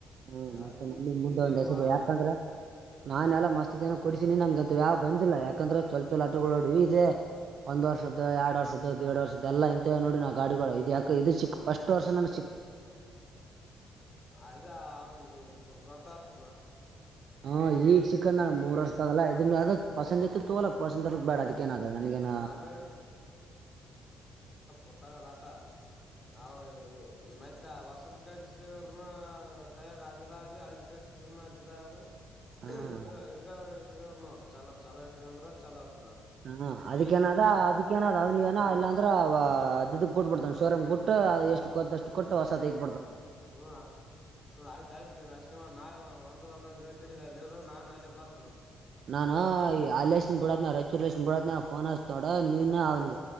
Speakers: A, on the right; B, on the left.
A: ಹ್ಮ
B: ಅದು
A: ಮತ್ತೆ
B: ಇಂ
A: ನಮ್ಮಗ್
B: ಇಂಜಿನ್
A: ಮುಂದೆ ಒಂದ ಹೆಸಬ
B: ಒಳಗ
A: ಯಾಕಂದ್ರೆ ನಾನ ಎಲ್ಲಾ ಮಸ್ತ್ ಜನ ಕೊಡಿಸೀನಿ ನಮ್ಗೆಂತ ಯಾವ್ ಬಂದಿಲ್ಲ ಯಾಕಂದ್ರೆ ಚೊಲ ಚೋಲ ಆಟಗಳೋಡವಿ ಇದೆ ಒಂದ್ ವರ್ಷದ ಎರಡ್ ವರ್ಷದ್ದ ದೇಡ್ ವರ್ಷದ ಎಲ್ಲ ಇಂತೇ ನೋಡಿ ನಾವು ಗಾಡಿಗಳು ಇದ ಯಾಕೆ ಇದು ಸಿಿಕ್ಫಸ್ಟ್ ವರ್ಷ ನ
B: ಅಯದಾ ಅವ ಬತತ್
A: ಹಾ ಈಗ ಚಿಕನ್ ನ ಮೂರ್ ವರ್ಷದಾಗಲ್ಲಾ ಇದನ್ ಅದ ಪಸಂದಿತ್ ತೋಲಕ್ ಪಸಂದಲಕ್ ಬೇಡ ಅದಕ್ಕ ಏನ ಅದ ನನಗೇನ
B: ಮತ್ತೆ ಅದ್ರಾಗ ಗೊತ್ತಾಗದ ಆಟ ನಾವವು ಹೊಸದ್ ಕಡಿಸರುನು ಕೈಯಾಗ ಅಜದದು ಅಳಿದ್ ಕಡಿಸ ಅದದು
A: ಹಾ
B: ಇಟ್ಗ ಇಟ್ಗ ಇಟ್ಕ ನೋಡ ಚಲ ಚಲ ಇಟ್ಕ ಅಂದ್ರ ಚಲ ಅರ್ದ
A: ಹಾ ಅದಕ್ಕೇನದ ಅದಕ್ಕೇನ ಅ ಅವ್ನಗ
B: ಹ್ಮ್
A: ಏ ಇಲ್ಲಾಂದ್ರ ಅದದಕ್ ಪಟ್ಬ ಬಿಡ್ತಾನ ಶೋರಮ ಕೊಟ್ಟು ಅದು ಎಷ್ಟು ಕೊಷ್ಟು ಕೊಟ್ಟ ಹೊಸ ತೈಡ್
B: ಹ್ಮ್ ಆಯ್ತ ಆಯ್ತು ನೀವ್ ನಷ್ಟ ಮಾಡ್ ನಾಳೆ ಒಂದ ಒಂದೊಂದ್ ಗಟ್ಟಿಗೆ ಅಲ್ಲಿರ ನಾನು ಅಲ್ಲಿ ಬರ್ತನ
A: ನಾನು ಅಲ್ಲಿಷ್ಟನ್ ಬಿಡಾತ್ನ ರಾಯಚೂರ್ಷ್ಟ ಬಿಡತ್ನ ಫೋನ್ ಹಾಸ್ತೋಡ ನೀನು ಅವ್ನು